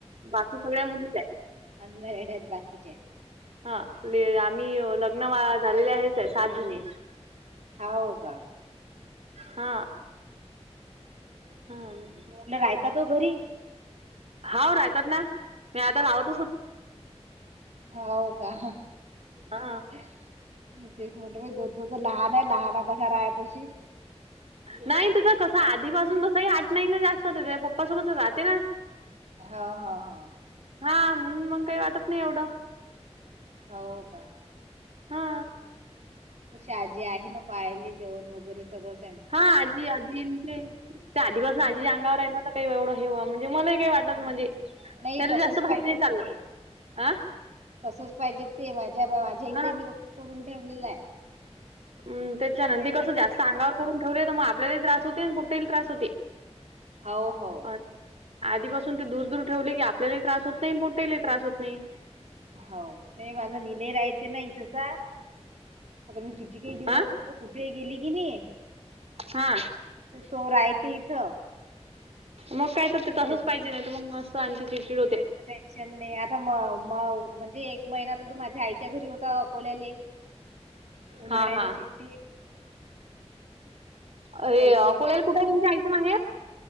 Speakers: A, on the right; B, on the right.
A: बाकी सगळ्या मुलीच आहे.
B: अन मॅरिड आहेत बाकीचेे.
A: हा आम्ही लग्न झालेले आहेच आहे सात जनी
B: हाव का?
A: हा हम्म.
B: मुल राहता का घरी?
A: हाव राहतात ना मी आता राहवत
B: ह हो का?
A: हा
B: तेच म्हणत दो तो तर लहान आहे लहान कश राय तशी
A: नाही तिथं कसं आधीपासून तसंही आठ नाही ना जास्त तेच्या पप्पासोबत राहते ना
B: हा हा हा.
A: हा म्हणून मग काही वाटत नाही एवढं.
B: हो का?
A: हा.
B: अशा आजी आहे ना पाहाले जेवण वगैरे. सगळ स
A: हा आजी, आजी. ते आधीपासून
B: हम्म
A: आजी अंगावर आहे ना तर काही एवढं हे‌व म्हणजे मलाही काही वाटत म्हणजे
B: नाही नाही
A: तरी
B: तसच
A: जास्त भातने
B: पाहिजेत
A: चाललं
B: ते
A: हा.
B: तसच पाहिजे ते माझ्या माझ्या इथे
A: हा
B: मी तसंच करून ठेवलेलं आहे.
A: हम्म त्याच्यानंतर
B: आणि
A: कसं
B: म्हणजे
A: जास्त आंगाव
B: मी-
A: करून ठेवले तर मग आपल्याला त्रास होते आणि कुठेही त्रास होते.
B: हो हो.
A: अ आधीपासून ते दूर-दूर ठेवले की आपल्याला त्रास होत नाही पोटेलाही त्रास होत नाही.
B: हो नाही माझा निले राहते ना इथंचा. आता मी किती काही दिवस
A: हा
B: कुठेही गेली की नाही.
A: हा.
B: तो राहते इथं.
A: मग काय तर ते तसंच
B: तेच
A: पाहिजे नाही तर मग मस्त आणखी चिडचिड होते.
B: तेच टेन्शन नाही आता म म म्हणजे एक महिना तर तो माझ्या आईच्या घरी होता अकोल्याले. <inaudible> उन्हाळ्याच्या
A: हा हा
B: सुट्टी.
A: अ हे
B: आईजवळ
A: अकोलाला
B: राहिला
A: कुठे
B: तू माझ्या
A: तुमच्या आईचं माहेर?